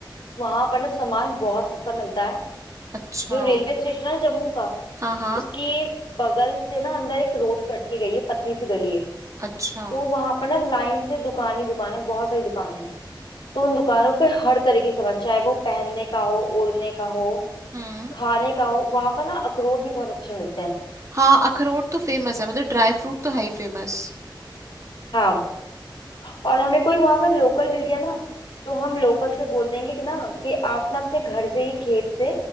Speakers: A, on the left; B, on the right.
A: वहां पर ना सामान बहुत सस्ता मिलता है
B: अच्छा
A: जो रेलवे स्टेशन है जम्मू का
B: हाँ हाँ
A: उसके बगल से ना अंदर एक रोड कट के गई है पतली सी गली है
B: अच्छा
A: तो वहां पर ना लाइन से दुकान ही दुकान है बहुत सारी दुकानें हैं तो उन दुकानों पे हर तरीके का सामान चाहे वो पहनने का हो ओढ़ने का हो
B: हम्म
A: खाने का हो वहां पर ना अखरोट भी बहुत अच्छे मिलते हैं
B: हाँ अखरोट तो फेमस है मतलब ड्राई फ्रूट तो है ही फेमस
A: हाँ और हमें कोई वहां का लोकल मिल गया ना तो हम लोकल से बोल देंगे कि ना कि आप ना अपने घर से ही खेत से